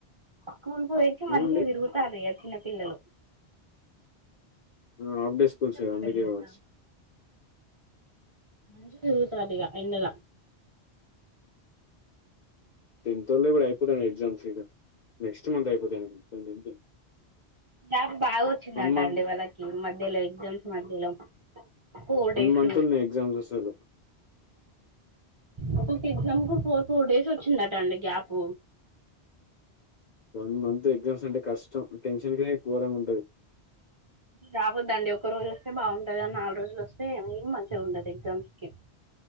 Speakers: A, on the right; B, on the left.
A: స్కూల్ కు పోయేచ్చి
B: ఆ!
A: మంచిగా
B: అండి.
A: తిరుగుతారు ఇగ చిన్న పిల్లలు
B: ఆ! హాఫ్ డే స్కూల్స్
A: ఇప్పుడే పాడిలు
B: అందుకే
A: కదా
B: కావచ్చు.
A: మంచిగా తిరుగుతారు ఇగ ఎండల
B: టెన్త్ ఓలయే కూడా అయిపోతానాయి ఎగ్జామ్స్ ఇగ నెక్స్ట్ మంత్ అయిపోతే అనుకుంటా <inaudible>
A: గ్యాబ్ బాగా వచ్చిందంట
B: మంత్
A: అండి వాళ్ళకి మధ్యలో ఎగ్జామ్స్ మధ్యలో ఫోర్ డేస్
B: మంత్
A: ఉహు
B: ఉన్నయి ఎగ్జామ్స్ అసలు.
A: ఒక్కొక్క ఎగ్జామ్స్ కి ఫోర్ ఫోర్ డేస్ వచ్చిందటండి గ్యాప్
B: వన్ మంత్ ఎగ్జామ్స్ అంటే కష్టం టెన్షన్ కే గోరంగా ఉంటది
A: రావద్దండి ఒక రోజు వస్తే బాగుంటది కానీ నాలుగు రోజులు వస్తే ఏం మంచిగా ఉండదు ఎగ్జామ్స్ కి